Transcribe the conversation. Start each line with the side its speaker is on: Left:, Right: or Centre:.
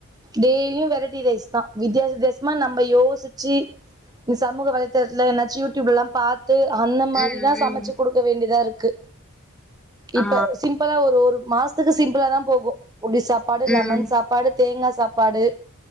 Right: டெய்லியு வெரைட்டி ரைஸ் தா வித்தியாச வித்தியாசமா நம்ப யோசிச் சி இந்த சமூக வலைத்தளத்துல என்னாச்சி யூடியுப்லல்லா பாத்து அந்த மாரிதா
Centre: ம்
Right: சமச்சி
Centre: ம்
Right: குடுக் க வேண்டியதா இருக்கு இப்ப
Centre: ஆ
Right: சிம்பிளா ஒரு ஒரு மாஸ் த்துக்கு சிம்பிளா தா போகு புளி சாப்பாடு லெமன்
Centre: ம்
Right: சாப்பாடு தேங்கா சாப்பாடு